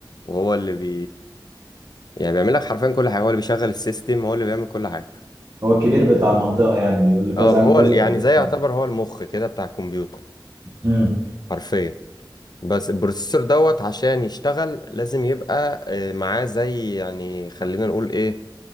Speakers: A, on the left; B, on the right.
A: وهو اللي بي يعني بيعمل لك حرفيا كل حاجه هو اللي بيشغل السيستم هو اللي بيعمل كل حاجه
B: هو الكبير بتاع المنطقة يعني بيقول له كذا
A: اه هو
B: اعمل كذا
A: ال- يعني زي يعتبر
B: لا.
A: هو المخ كده بتاع الكمبيوتر
B: مم.
A: حرفيا بس البروسيسور دوت عشان يشتغل لازم يبقى آه، معاه زي يعني خلينا نقول ايه